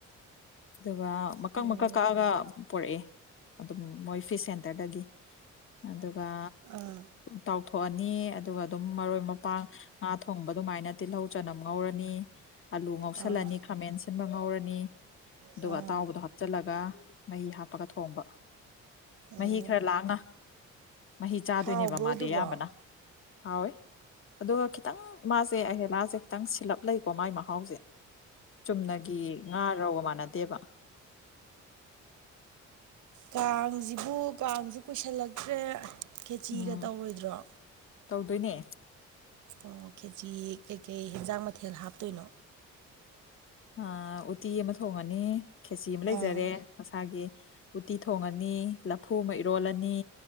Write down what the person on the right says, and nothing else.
ꯎꯝ
ꯑꯥ
ꯑꯥ
ꯑꯥ
ꯑꯣ
ꯍꯥꯎꯕ꯭ꯔꯣ
ꯑꯗꯨꯕꯣ
ꯑꯣ
ꯀꯥꯡꯁꯤꯕꯨ ꯀꯥꯡꯁꯤ ꯀꯨꯏꯁꯤꯜꯂꯛꯇ꯭ꯔꯦ ꯈꯦꯆꯤꯒ
ꯇꯧꯔꯣꯏꯗ꯭ꯔꯣ
ꯑꯣ ꯀꯦꯖꯤ ꯀꯩꯀꯩ ꯍꯦꯟꯖꯥꯡ ꯃꯊꯦꯜ ꯍꯥꯞꯇꯣꯏꯅꯣ
ꯑꯥ